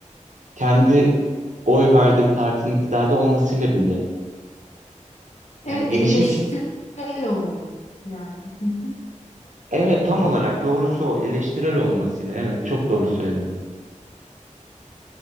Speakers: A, on the right (about 70°); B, on the left (about 55°).
A: kendi oy verdiğim partinin iktidarda olmasıyla bile.
B: Evet,
A: Yani gelişim
B: e, eleştirel
A: için
B: olmak yani. Hı hı.
A: Evet tam olarak doğrusu o eleştirel olmasıyla evet çok doğru söyledim.